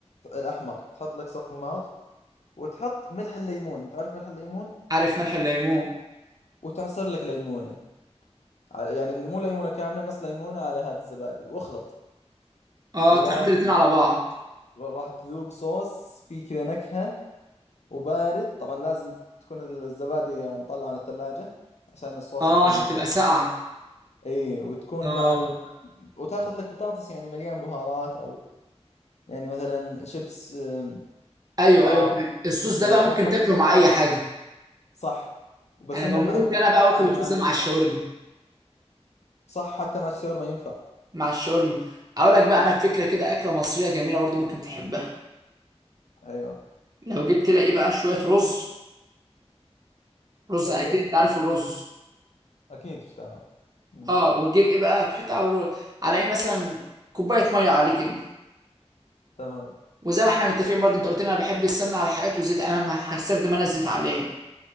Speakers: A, on the left; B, on the right.
A: الأحمر تحط لك صماغ وتحط ملح الليمون تعرف ملح الليمون
B: عارف ملح الليمون
A: وتعصر لك ليمونة على- يعني مو ليمونة كاملة نص ليمونة على هذا الزبادي واخلط
B: اه
A: والله
B: تخلط الاتنين على بعض
A: راح تذوق صوص فيه كذا نكهة وبارد طبعا لازم تكون الزبادي مطلعة من الثلاجة عشان الصوص
B: اه
A: يكون
B: عشان
A: يعني
B: تبقى ساقعه
A: اي وتكون
B: اه
A: مع ال... وتاخذ لك بطاطس يعني مليان بهارات او يعني مثلا شيبس أم،
B: ايوه
A: حار
B: ايوه فاهم الصوص
A: يعني
B: ده بقى ممكن
A: ما ما
B: تاكله مع اي حاجه
A: صح بس
B: انا
A: انه
B: بموت
A: مع ال...
B: انا بقى واكل
A: مع ال...
B: الصوص
A: مع ال...
B: ده مع الشاورما
A: صح حتى مع الشاورما ينفع
B: مع الشاورما اقول لك بقى
A: يك.
B: انا فكره كده اكله مصريه جميله برضه ممكن تحبها
A: ايوه
B: لو جبت لها ايه بقى شويه رز رز
A: حلو
B: اكيد انت عارف الرز
A: اكيد مش تمام مم.
B: اه وتجيب ايه بقى تحط على الر- على ايه مثلا كوبايه ميه عليه كده
A: تمام
B: وزي ما احنا متفقين برضه انت قلت لي انا بحب السمنه على الحاجات والزيت انا ما هستخدم انا الزيت عليه